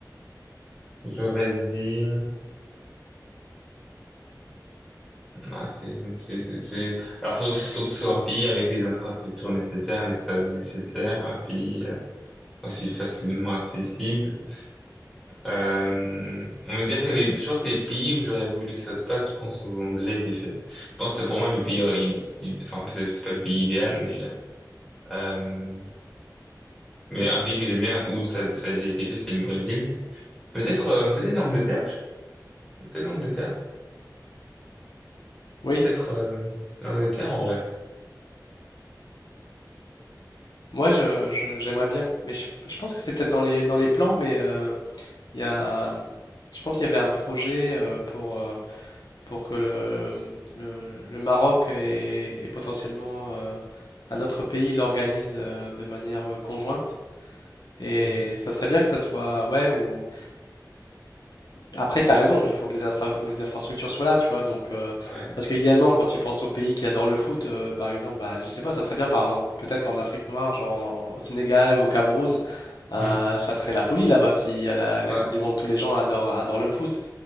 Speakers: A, in the centre; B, on the left.
A: j'aurais dit... Ah, c'est, c'est, c'est... Alors, faut, faut que ce soit un pays avec les infrastructures nécessaires, les stades nécessaires, un pays euh, aussi facilement accessible. Euh, on va dire que les, je pense que les pays où j'aurais voulu que ça se passe, je pense, ont déjà été faits. Je pense que pour moi, le pays aurait, i- enfin, peut-être que c'est pas le pays idéal, mais, euh, mais un pays que j'aime bien où ça, ça a déjà été fait, c'est le Brésil. Peut-être, euh, peut-être l'Angleterre, je- peut-être l'Angleterre,
B: Oui,
A: peut-être, euh, l'Angleterre en vrai.
B: moi, je, je- j'aimerais bien, mais je, je pense que c'est peut-être dans les, dans les plans, mais euh, il y a, je pense qu'il y avait un projet euh, pour, euh, pour que le, le, le Maroc et, et potentiellement euh, un autre pays l'organise euh, de manière euh, conjointe. Et
A: Ok,
B: ça serait bien que ça soit, ouais, ou Après, tu as raison, il faut que les, instra- les infrastructures soient là, tu vois. Donc, euh,
A: ouais,
B: parce qu'idéalement, quand tu penses aux pays qui adorent le foot, euh, par exemple, bah, je sais pas, ça serait bien, par exemple, peut-être en Afrique noire, genre en- en- au Sénégal ou au Cameroun, euh,
A: Hmm.
B: ça serait la folie là-bas. Si à la, la
A: ouais,
B: Coupe du Monde, tous les gens adorent, adorent le foot.